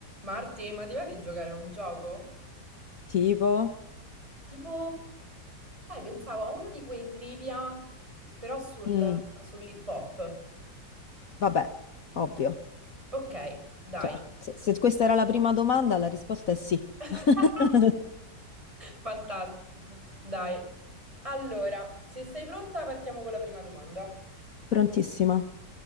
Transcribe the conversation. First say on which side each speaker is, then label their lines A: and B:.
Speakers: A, on the right; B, on the left.
A: Marti, ma ti va di giocare a un gioco?
B: Tipo?
A: Tipo, sai, pensavo a uno di quei trivia, però sul,
B: Mm,
A: sull'hip hop.
B: vabbè, ovvio.
A: Ok, dai.
B: Cioè, se, se questa era la prima domanda, la risposta è sì.
A: <laughs>
B: <laughs>
A: Fantastico. Dai. Allora, se sei pronta, partiamo con la prima domanda.
B: Prontissima.